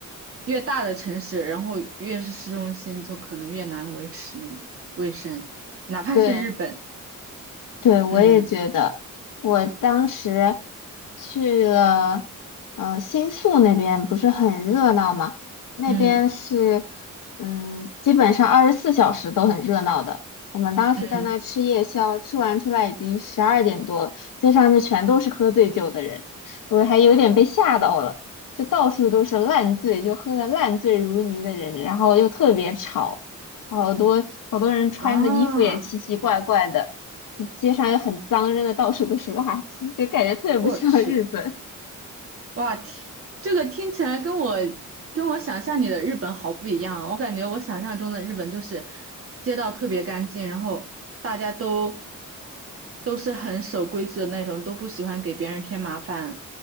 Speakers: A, on the right; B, on the left.
A: 越大的城市，然后越是市中心，就可能越难维持那个卫生，哪怕是日本。
B: 对。对，我也觉得，
A: 嗯
B: 我当时去了，呃，新宿那边不是很热闹吗？那边是，
A: 嗯
B: 嗯，基本上二十四小时都很热闹的。我们当时在那吃夜宵，
A: 嗯，
B: 吃完出来已经十二点多了，街上就全都是喝醉酒的人，我还有点被吓到了，就到处都是烂醉，就喝的烂醉如泥的人，然后又特别吵，好多好多人穿的衣服也奇奇怪怪的。
A: 啊。
B: 街上又很脏，扔的到处都是垃圾，就感觉特别不像
A: 我去，
B: <laughs> 日本。
A: 哇，听这个听起来跟我跟我想象里的日本好不一样啊！我感觉我想象中的日本就是街道特别干净，然后大家都都是很守规矩的那种，都不喜欢给别人添麻烦，然